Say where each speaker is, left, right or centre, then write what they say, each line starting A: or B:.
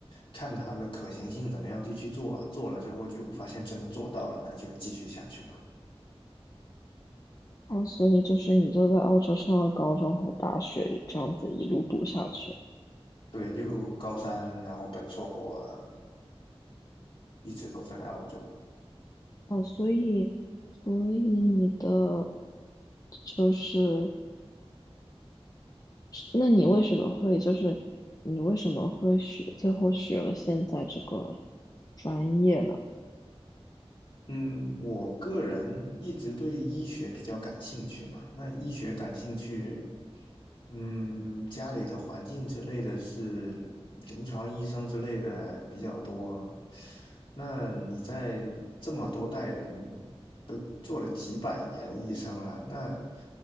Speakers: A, on the left (about 55°); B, on the left (about 35°).
A: 看它的可行性怎么样就去做啊，做了之后就发现真的做到了，那就继续下去吧。
B: 哦，所以就是你就在澳洲上了高中和大学，这样子一路读下去。
A: 对，就高三，然后本硕博一直都在澳洲。
B: 哦，所以，所以你的就是。那你为什么会就是你为什么会学最后学了现在这个专业呢？
A: 嗯，我个人一直对医学比较感兴趣嘛。那医学感兴趣，嗯，家里的环境之类的是临床医生之类的比较多。那你在这么多代人都做了几百年医生了，那